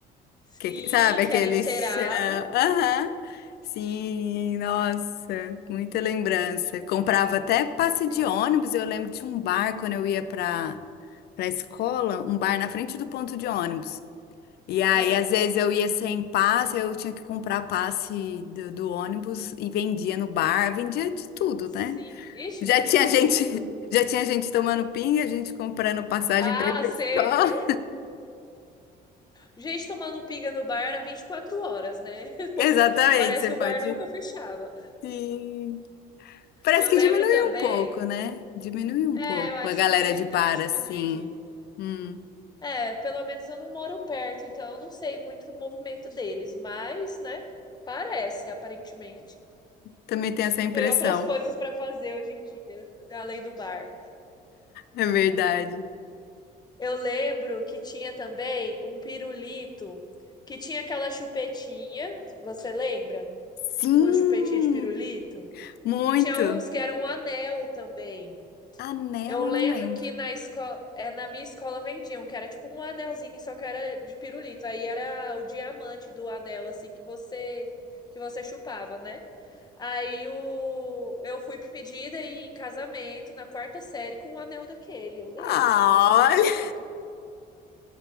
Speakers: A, on the left; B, on the left.
A: sim,
B: Que, que- sabe
A: que
B: aquele
A: era encerado.
B: chão? Aham. Sim, nossa, muita lembrança. Comprava até passe
A: Sim.
B: de ônibus. Eu lembro de um bar quando eu ia para para escola, um bar na frente do ponto de ônibus. E aí,
A: Ah,
B: às vezes eu ia sem passe, eu tinha que comprar passe do, do ônibus e vendia no bar, vendia de tudo,
A: sim.
B: né?
A: Ixi,
B: Já
A: vende
B: tinha
A: de
B: gente,
A: tudo.
B: <laughs> já tinha gente tomando pinga, gente comprando passagem
A: Ah,
B: para ir para
A: sempre.
B: escola.
A: Gente tomando pinga no bar era 24 horas, né?
B: <laughs>
A: <laughs>
B: Exatamente,
A: Parece
B: você
A: que
B: pode.
A: o bar nunca fechava.
B: Sim. Parece
A: Eu
B: que
A: lembro
B: diminuiu
A: também.
B: um pouco, né? Diminuiu um
A: É,
B: pouco
A: eu acho
B: a galera
A: que
B: de
A: deu
B: bar,
A: uma diminuidinha.
B: assim. Hum,
A: É, pelo menos eu não moro perto, então eu não sei muito o movimento deles, mas, né? Parece, aparentemente.
B: também tem essa impressão.
A: Tem outras coisas pra fazer hoje em dia, além do bar.
B: É verdade.
A: Eu lembro que tinha também um pirulito que tinha aquela chupetinha, você lembra?
B: Sim,
A: Uma chupetinha de pirulito.
B: muito.
A: E tinha uns que eram um anel também.
B: Anel,
A: Eu
B: eu
A: lembro
B: não lembro.
A: que na escola, é, na minha escola vendiam, que era tipo um anelzinho, só que era de pirulito. Aí era o diamante do anel, assim, que você que você chupava, né? Aí o... eu fui pedida em casamento na quarta série com um anel daquele, eu lembro,
B: Ah,
A: mas eu não
B: olha,
A: casei,